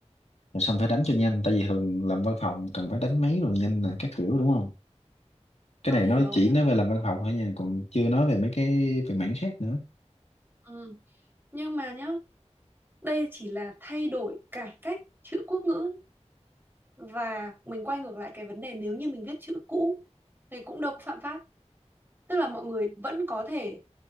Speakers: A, on the left; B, on the right.
A: rồi xong phải đánh cho nhanh tại vì thường làm văn phòng cần phải đánh máy rồi nhanh là các kiểu đúng không cái
B: tôi
A: này
B: hiểu
A: nói chỉ
B: nhưng
A: nói về làm văn phòng thôi nha còn chưa nói về mấy cái về mảng khác nữa
B: ừ. nhưng mà nhá đây chỉ là thay đổi cải cách chữ quốc ngữ và mình quay ngược lại cái vấn đề nếu như mình viết chữ cũ thì cũng đâu có phạm pháp tức là mọi người vẫn có thể